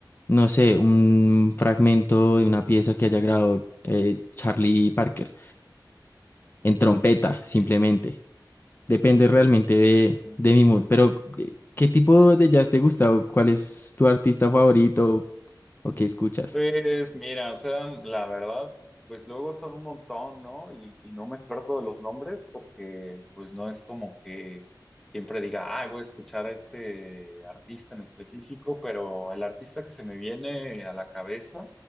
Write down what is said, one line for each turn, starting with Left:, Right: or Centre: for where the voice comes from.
Left: no sé, un fragmento de una pieza que haya grabado eh, Charlie Parker en
Centre: Mm,
Left: trompeta,
Centre: ok,
Left: simplemente. Depende realmente de,
Centre: sí, sí, sí.
Left: de mi mood. Pero, ¿qué qué tipo de jazz te gusta? ¿O cuál es tu artista favorito? ¿O qué escuchas?
Centre: Pues mira, o sea, la verdad, pues luego son un montón, ¿no? Y, y no me acuerdo de los nombres porque pues no es como que siempre diga, ah, voy a escuchar a este artista en específico, pero el artista que se me viene a la cabeza